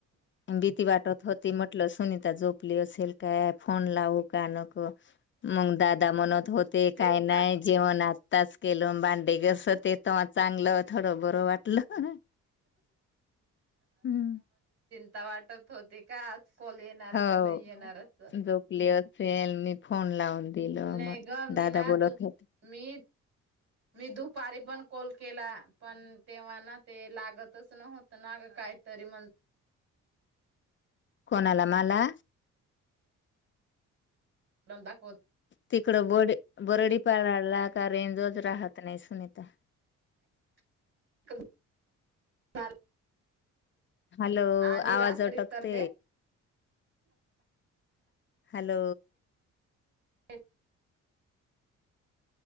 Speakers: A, on the left (about 40°); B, on the right (about 55°).
A: भीती वाटत होती म्हटल सुनीता झोपली असेल काय फोन लावू मग दादा म्हणत होते
B: चिंता
A: काही नाही जेवण <unintelligible> चांगलं थोडं बरं वाटलं हम्
B: तुला वाटत होते का कॉल येणार
A: हो
B: का नाही येणारच
A: झोपली असेल मी फोन लावून दिल मग.
B: नाही ग मीना
A: दादा बोलत
B: तू
A: होते
B: मी मी दुपारी पण कॉल के पण तेव्हा ना ते लागतच नव्हत ना ग काहीतरी म्हण
A: कोणाला मला
B: म दाखवत
A: तिकडं बडी बरडी काराळला का रेंजच राहत नाही सुनीता
B: <inaudible>
A: हॅलो
B: आणि
A: आवाज
B: रात्री
A: अटकते.
B: तर
A: हॅलो
B: <unintelligible>